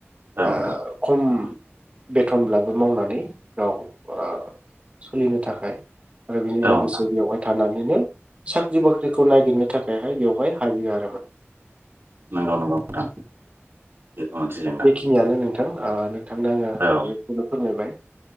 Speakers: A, on the right; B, on the right.
A: औ
B: ओ
A: नोंथां
B: खम बेथनब्लाबो मावनानै गाव ओ सोलिनो थाखाय आरो बेनि
A: औ
B: लोगोसे
A: नोंथां
B: बेयावहाय थानानैनो साख्रि -बाख्रिखौ नायगिरनो थाखायहाय, बेवहाय हायो आरो माने
A: नंगौ नंगौ नोथां बेफोर मोनसे जेंना
B: बेखिनियानो नोंथां, नोंथांनो आङो
A: औ
B: बेखौनो फोरमायबाय।